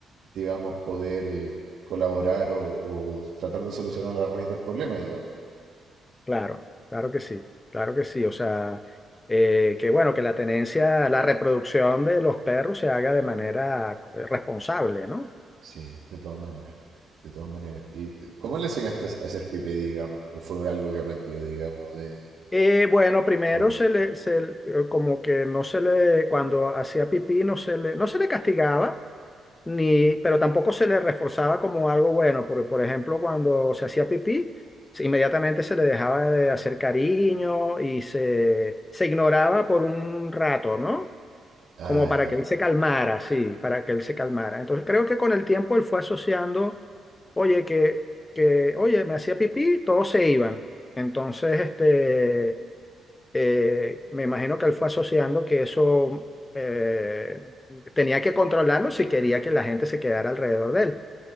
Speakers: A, on the right; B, on the left.
A: digamos, poder eh, colaborar o, o tratar de solucionar la raíz del problema, digamos.
B: Claro, claro que sí, claro que sí. O sea, eh, que bueno, que la tenencia, la reproducción de los perros se haga de manera eh, responsable, ¿no?
A: Sí, de todas maneras, de todas maneras. ¿Y te- cómo le enseñaste a hacer pipí, digamos? ¿O fue algo que aprendió, digamos, de
B: Eh, bueno, primero
A: solo?
B: se le, se le- eh, como que no se le, cuando hacía pipí, no se le, no se le castigaba. ni, pero tampoco se le reforzaba como algo bueno, porque por ejemplo cuando se hacía pipí, se- inmediatamente se le dejaba de hacer cariño y se, se ignoraba por un rato, ¿no?
A: Ah,
B: Como para
A: ya,
B: que él se calmara, sí, para que él se calmara. Entonces creo que con el tiempo él fue asociando, oye, que, que oye, me hacía pipí, todos se iban. Entonces, este eh, me imagino que él fue asociando que eso eh, tenía que controlarlo si quería que la gente se quedara alrededor de él.